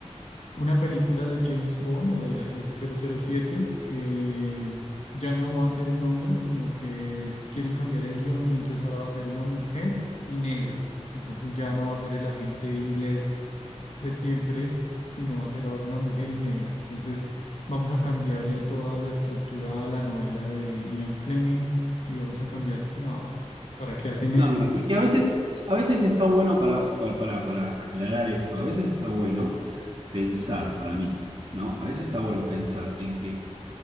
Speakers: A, on the left (about 65°); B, on the right (about 45°).
A: una película de James Bond o del agente cero cero siete que ya no va a ser un hombre, sino que es- quieren cambiar el guión y entonces ahora va a ser una mujer y negra. Entonces ya no va a ser el agente inglés de siempre, sino va a ser ahora una mujer y negra. Entonces vamos a cambiarle toda la estructura a la novela de Ian Fleming y vamos a cambiar. No, ¿para qué hacen
B: No,
A: eso?
B: no, no. Y que a veces, a veces está bueno para, para, para- para aclarar esto, a veces está bueno pensar para mí, ¿no? A veces está bueno pensar en que